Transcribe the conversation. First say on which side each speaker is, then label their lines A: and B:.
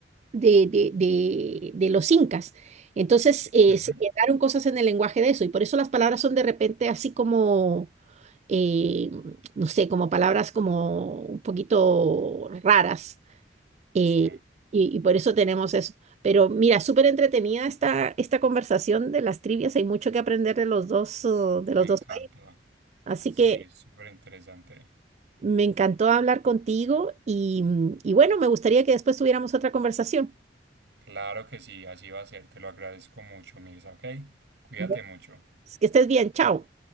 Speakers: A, on the right; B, on the right.
A: de, de- de- de los incas. Entonces eh,
B: ujú.
A: se quedaron cosas en el lenguaje de eso y por eso las palabras son de repente así como eh, no sé, como palabras como un poquito raras. eh,
B: Sí,
A: y, y por eso tenemos eso. Pero mira, súper entretenida esta, esta conversación de las trivias. Hay mucho que aprender de los dos, uh, de
B: me
A: los dos
B: encanta.
A: países. Así
B: Sí,
A: que
B: es súper interesante.
A: me encantó hablar contigo y, mm, y bueno, me gustaría que después tuviéramos otra conversación.
B: Claro que sí, así va a ser. Te lo agradezco mucho, Mirza, ¿ok? Cuídate
A: Bueno.
B: mucho.
A: Que estés bien, chao.